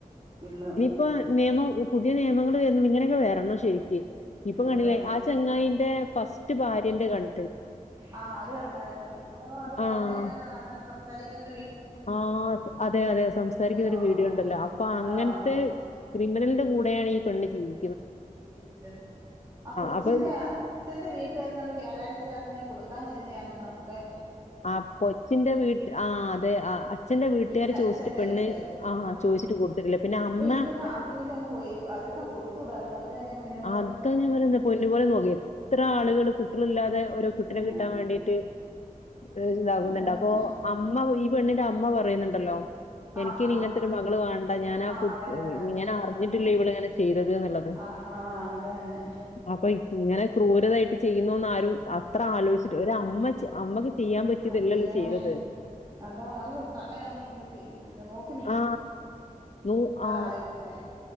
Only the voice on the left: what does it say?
ഇപ്പ നിയമം പുതിയ നിയമങ്ങള് വരുന്നുണ്ടെങ്കി ങ്ങനൊക്കെ വരണം ശെരി റ്റ് ഇപ്പൊ കണ്ടില്ലേ
ആ ചെങ്ങായിന്റെ ഫസ് റ്റ് ഭാര്യന്റെ കണ്
ആഹ്
ആഹ് അതെ അതെ സംസാരിക്കുന്ന ഒരു
വീഡിയോ ഉണ്ടല്ലോ അപ്പൊ അങ്ങനത്തെ
ക്രിമിനലിന്റെ കൂട് വേണേ ഈ പെണ്ണ് ചിമ്മി
അപ്പൊ
ആ കൊച്ചിന്റവീട്ട് ആ അതെ ആ അച്ഛന്റവീട്ടുകാര്
ചോദിച്ചിട്ട്
പെണ്ണ്
ആ
ചോദിച്ചിട്ട് കൊടുത്തിട്ടില്ല പിന്നെ അമ്മ
അതാ
ഞാൻ പറയുന്ന പൊന്നുപലെ നോക്കിയേനെ ത്ര കുട്ടികള് കുട്ടികളില്ലാത് തെ ഓരോ കുട്ടിനെ
കിട്ടാൻ വേണ്ടീട്ട് ദേശം ഇതാകുന്നുണ്ട്
അപ്പൊ അമ്മ ഈ പെണ്ണിന്റെ അമ്മ പറയുന്നുണ്ടല്ലോ
എനിക്കിനി
ഇങ്ങനത്തെ
ഒരു മകള് വേണ്ട ഞാൻ ആ
കുട്ട്
ഞാൻ അറിഞ്ഞിട്ടില്ല
ഇവള് ഇങ്ങനെ ചെയ്തത് എന്ന്ള്ളത്
അപ്പൊ ഇപ് ഇങ്ങനെ ക്രൂരതായിട്ട് ചെയ്യുന്നുന്ന് ആരും അത്ര ആലോചിച്ചിട്ട് ഒരമ്മ ചെയ് അമ്മക്ക് ചെയ്യാൻ പറ്റിയതല്ലല്ലോ
ചെയ്തത്
ആ നൂ ആ